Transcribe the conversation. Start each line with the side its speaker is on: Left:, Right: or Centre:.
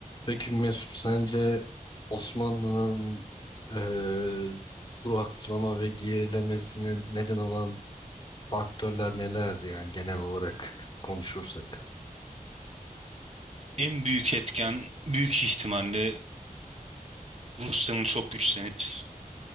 Left: Peki Mesut sence Osmanlı'nın eee duraklama ve gerilemesine neden olan faktörler nelerdi yani genel olarak konuşursak?
Right: En büyük etken büyük ihtimalle Rusya'nın çok güçlenip